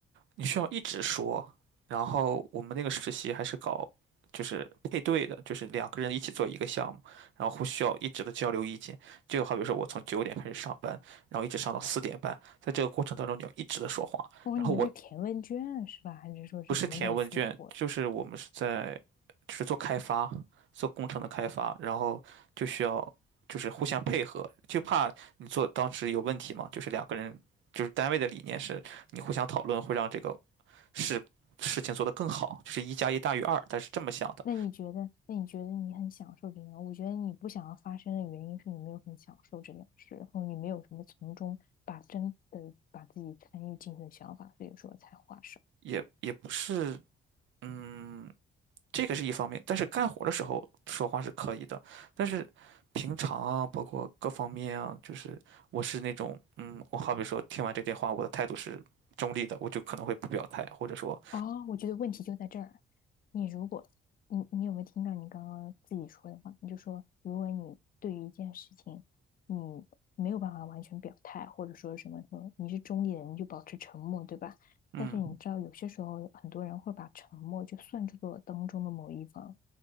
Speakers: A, on the right; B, on the left.
A: 你需要一直说。然后我们那个实习还是搞就是配对的，就是两个人一起做一个项目，然后互需要一直的交流意见。就好比说我从九点开始上班，然后一直上到四点半，在这个过程当中你要一直的说话，
B: 哦，
A: 然后我
B: 你们在填问卷啊是吧？还是说是什么类似的活？
A: 不是填问卷，就是我们是在，就是做开发，做工程的开发，然后就需要就是互相配合，就怕你做当时有问题嘛，就是两个人，就是单位的理念是你互相讨论会让这个事事情做得更好，就是一加一大于二，但是这么想的，
B: 那你觉得，那你觉得你很享受这件我觉得你不想要发生的原因是你没有很享受这件事，然后你没有什么从中把真的把自己参与进去的想法，所以说才划伤。
A: 也也不是，嗯。这个是一方面，但是干活的时候说话是可以的，但是平常啊，包括各方面啊，就是我是那种，嗯，我好比说听完这电话，我的态度是中立的，我就可能会不表态，或者说，
B: 哦，我觉得问题就在这儿。你如果你你有没有听到你刚刚自己说的话？你就说，如果你对于一件事情，你没有办法完全表态，或者说什么什么，你是中立的你就保持沉默，对吧？
A: 嗯，
B: 但是你知道，有些时候很多人会把沉默就算作当中的某一方，